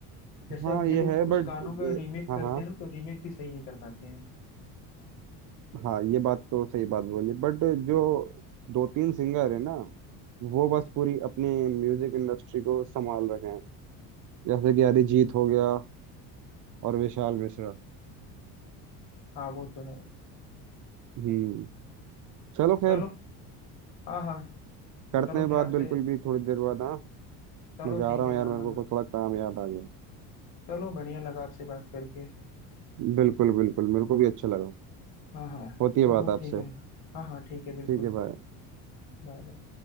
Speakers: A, on the left (about 70°); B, on the right (about 45°).
A: जैसे
B: हाँ
A: अब
B: ये
A: ये लोग
B: है
A: कुछ
B: बट
A: गानों का रीमेक
B: हाँ
A: करते
B: हाँ
A: हैं ना तो रीमेक भी सही नहीं कर पाते हैं
B: हाँ ये बात तो सही बात बोली बट जो दो तीन सिंगर है ना वो बस पूरी अपनी म्यूजिक इंडस्ट्री को संभाल रखे हैं जैसे कि अरिजीत हो गया और विशाल मिश्रा
A: हाँ वो तो है
B: हम्म चलो खैर
A: चलो हाँ हाँ
B: करते
A: चलो
B: हैं
A: फिर
B: बात
A: आपसे
B: बिल्कुल भी थोड़ी देर बाद हाँ
A: चलो
B: मैं जा
A: ठीक
B: रहा
A: है
B: हूँ यार
A: हाँ
B: मेरे
A: हाँ
B: को कुछ थोड़ा काम याद आ गया
A: चलो बढ़िया लगा आपसे बात करके
B: बिल्कुल बिल्कुल मेरे को भी अच्छा लगा
A: हाँ हाँ
B: होती
A: चलो
B: है बात आपसे
A: ठीक है हाँ हाँ ठीक है बिल्कुल
B: ठीक है भाई
A: Bye bye